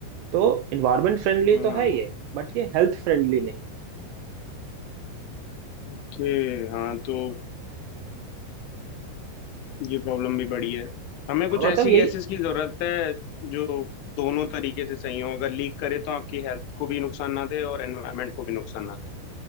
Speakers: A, on the right; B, on the left.
A: तो इन्वायरमेंट फ्रेंडली
B: हम्म,
A: तो है ये
B: हाँ
A: बट ये हेल्थ फ्रेंडली नहीं
B: ओके हाँ तो ये प्रॉब्लम भी बड़ी है हमें कुछ
A: हाँ
B: ऐसी
A: मतलब यही
B: गैसेस की जरूरत है जो दोनों तरीके से सही हो अगर लीक करे तो आपकी हेल्थ को भी नुकसान ना दे और एनवायरनमेंट को भी नुकसान ना दे